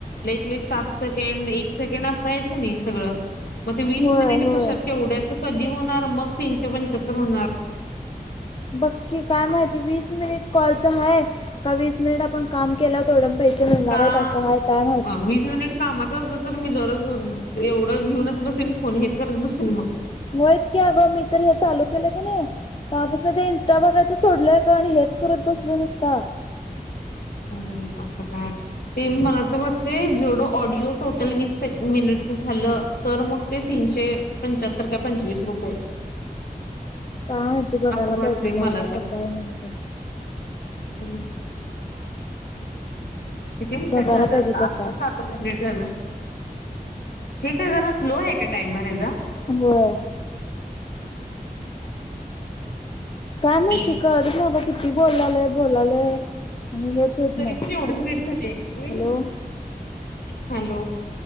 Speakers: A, on the left; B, on the left.
A: लईत लई सात सेकंड, एक सेकंड असं आहे का नाही सगळं. म ते वीस
B: होय
A: मिनिट
B: होय
A: कशात केवढ्यायचं कधी होणार मग तीनशे पंच्याहत्तर होणार
B: बघ की काय माहिती, वीस मिनिट कॉलच आहे का वीस मिनिट आपण काम केलाव तेवडं पैसे मिळणार
A: का
B: आहेत असं आहे काय माहित?
A: वीस मिनिट कामाच असत तर मी दररोज एवढं घेऊनच बसेन, फोन हेच करत बसेल मग.
B: होयच की अगं, मी तर हे चालू केलंय की नाही तवापासनं ते इनस्टा बघा यचं सोडलोय अगं आणि हेच करत बसले नुसता.
A: हम्म आता काय? ते मला तर वाटतय, जेवढं ऑडिओ टोटल वीस सेक् मिनिटच झालं. तर मग ते तीनशे पंचाहत्तर का, पंचवीस रुपये.
B: काय आहे ते बघायला
A: असं वाटतंय
B: पाहिजे, काय
A: मला
B: आहे
A: तर
B: कसं आहे नेमकं?
A: हम्म किती मिनिट
B: बघायला
A: झालं
B: पाहिजे
A: आता,
B: कसं
A: आता
B: आहे.
A: सात मिनिट झालं, हे काय जरा स्लो आहे का टाइमर हेचा?
B: होय काय माहिती
A: हॅलो
B: कळतच नाही अगं, किती बोलालय बोलालय आणि हेच होत
A: तरी
B: नाही
A: पण एवढंच लेट झाले व्हय,
B: हॅलो
A: हॅलो